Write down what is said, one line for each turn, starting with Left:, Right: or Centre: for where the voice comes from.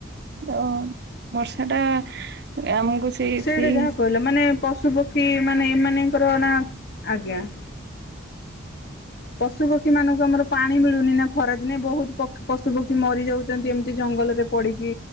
Right: ତ ବର୍ଷା ଟା ଆମକୁ। ସେଇ
Left: ସେଇଟା
Right: ସେଇ
Left: ଯାହା କହିଲ ମାନେ ପଶୁ ପଖୀ ଖୀ ମାନେ ଏମାନଙ୍କର ନା ଆଜ୍ଞା । ପଶୁ ପକ୍ଷୀ ମାନଙ୍କୁ ଆମର ପାଣି ମିଳୁନି ନା ଖରଅଦିନେ ବହୁତ ପଖ ପଶୁ ପକ୍ଷୀ ମରିଯାଉ ଚନ୍ତି ଏମିତି ଜଙ୍ଗଲରେ ପଡିକି